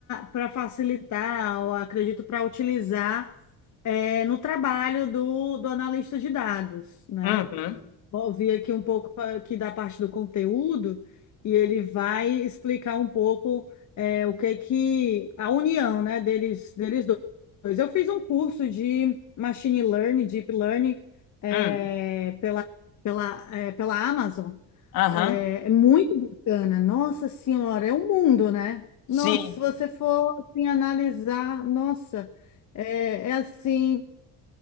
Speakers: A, on the left; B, on the left.
A: para facilitar, ou acredito, para utilizar é, no trabalho do, do analista de dados, né?
B: uhum,
A: Vou ouvir aqui um pouco aqui da parte do conteúdo e ele vai explicar um pouco é, o que que a união, né, deles, deles dois. Eu fiz um curso de machine learning, deep learning é,
B: hum,
A: pela, pela, é, pela Amazon.
B: aham.
A: É, é muito bacana. Nossa Senhora, é um mundo, né?
B: Sim,
A: Nossa, se você for assim, analisar, nossa, é, é assim.